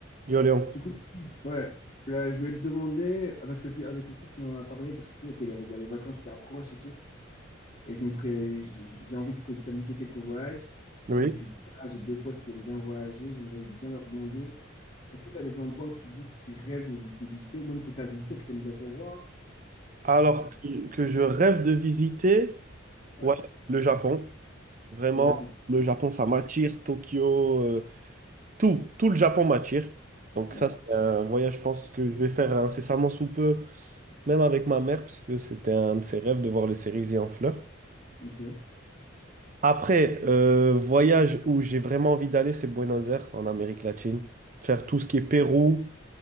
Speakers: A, on the right; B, on the left.
A: Yo Léon.
B: du coup Ouais. Euh, je voulais te demander, ah, parce que fi- avec le fixe, on en a parlé, parce que tu sais, c'est les- il y a les vacances qui approchent et tout. Et je me pré... j'ai j'ai envie de pré- planifier quelques voyages. Après,
A: Oui.
B: je me suis dit, voilà, j'ai deux potes qui ont bien voyagé, j'aimerais bien leur demander, est-ce que tu as des endroits où tu dis que tu rêves de, de visiter, ou même que tu as visité, que tu aimerais revoir?
A: Alors
B: Euh,
A: que je que je rêve de visiter,
B: ouais,
A: ouais, le Japon. Vraiment,
B: le Japon.
A: le Japon, ça m'attire. Tokyo, euh, tout, tout le Japon m'attire. Donc
B: Ouais.
A: ça, c'est un voyage, je pense que je vais faire incessamment sous peu, même avec ma mère, parce que c'était un de ses rêves de voir les cerisiers en fleurs.
B: Ok.
A: Après, euh, voyage où j'ai vraiment envie d'aller, c'est Buenos Aires, en Amérique latine. Faire tout ce qui est Pérou,